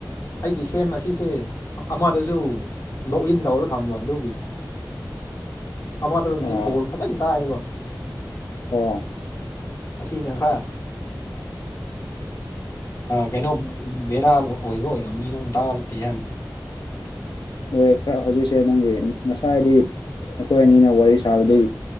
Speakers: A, on the left (about 45°); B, on the left (about 85°).
A: ꯑꯩꯒꯤ꯫ ꯁꯦꯝ ꯑꯁꯤꯁꯦ ꯑꯃꯗꯁꯨ ꯂꯣꯛꯏꯟ ꯇꯧꯔ ꯊꯝꯕ ꯑꯗꯨꯒꯤ ꯑꯃꯗꯨꯃꯗꯤ
B: ꯑꯣ
A: ꯀꯣꯜ ꯐꯖꯅ ꯇꯥꯏꯑꯦꯕ
B: ꯑꯣ
A: ꯑꯁꯤꯅ ꯈꯔ ꯀꯩꯅꯣ ꯕꯦꯔꯥ ꯑꯣꯏꯕ ꯑꯣꯏꯔꯝꯃꯅꯤ ꯅꯪ ꯇꯥꯕꯗꯤ ꯍꯥꯏꯕꯗꯨ꯫
B: ꯍꯣꯏ ꯈꯔ ꯍꯧꯖꯤꯛꯁꯦ ꯅꯪꯒꯤ ꯉꯁꯥꯏꯗꯤ ꯑꯩꯈꯣꯏ ꯑꯅꯤꯅ ꯋꯥꯔꯤ ꯁꯥꯕꯗꯤ꯫